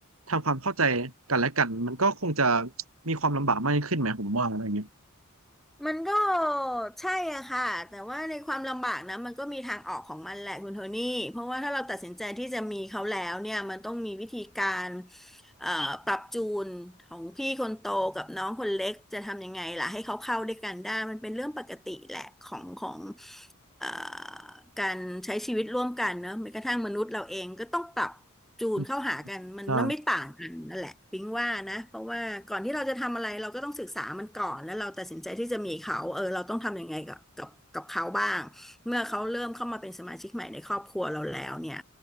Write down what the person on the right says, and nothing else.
ทำความเข้าใจกันและกันมันก็คงจะมีความลำบากมากขึ้นไหมผมว่าอะไรเงี้ย
อืมใช่